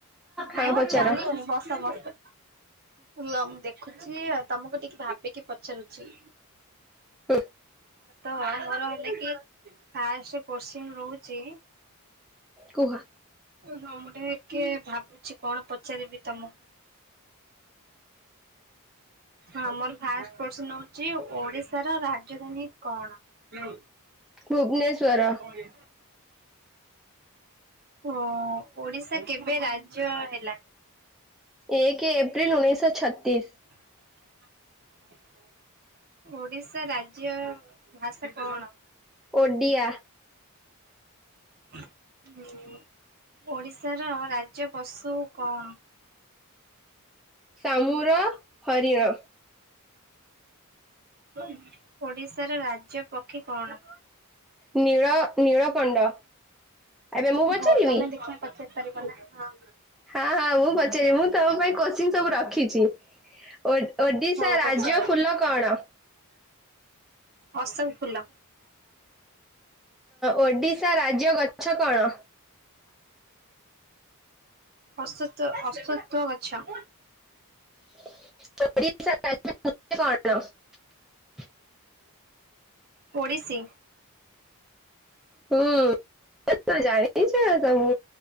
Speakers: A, on the right; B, in the centre.
A: ନାଇଁ
B: ହଁ
A: ମ
B: ପଚାର।
A: ଚାଲିବନି ବସ ବସ। ଲମ ମୁଁ ଦେଖୁ ଛି ତମକୁ ଟିକେ ଭାବିକି ପଚାରୁଛି?
B: ହୁଁ
A: ତ ମୋର ହେଲେ କି ଫାଷ୍ଟ କୋସିନ ରହୁଛି।
B: କୁହ।
A: ହଁ ମୁଁ ଟେକେ ଭାବୁଛି କଣ ପଚାରିବି ତମକୁ? ଆମର ଫାଷ୍ଟ ପସନ ହଉଛି ଓଡିଶାର ରାଜଧାନୀ କଣ? ସେଲା
B: ଭୁବନେଶ୍ୱର
A: କଣ ହେ ହଁ ଓଡିଶା କେବେ ରାଜ୍ୟ ହେଲା।
B: ଏକ ଏପ୍ରିଲ ଉଣେଇଶ ଛତିଶ।
A: ହ। ଓଡିଶା ରାଜ୍ୟ ଭାଷା କଣ?
B: ଓଡିଆ।
A: ହଁ। ଓଡିଶାର ରାଜ୍ୟ ପଶୁ କଣ?
B: ଶାମୁର ହରିଣ।
A: ଓଇ ଓଡିଶାର ରାଜ୍ୟ ପକ୍ଷୀ କଣ?
B: ନୀଳ ନୀଳଗଣ୍ଡ ଏବେ ମୁଁ ବଚାରିବି
A: ହଉ ତମେ ଦେଖିବା ପଚାରି ପାରିବ ନା ହଁ
B: ହଁ ହଁ ମୁଁ ପଚାରିବି ମୁଁ ତମ ପାଇଁ କୋତ୍ସିନ ସବୁ ରଖିଚି ଓ ଓଡିଶା
A: ହଉ
B: ରାଜ୍ୟ
A: ପଚାର।
B: ଫୁଲ କଣ?
A: ଅସୋକ ଫୁଲ।
B: ଓଡିଶା ରାଜ୍ୟ ଗଛ କଣ?
A: ଅସତ ଅସତୂ ଗଛ।
B: <unintelligible>
A: <inaudible> ଓଡ଼ିଶୀ।
B: ହୁଁ। ଜାଣିଛ ସବୁ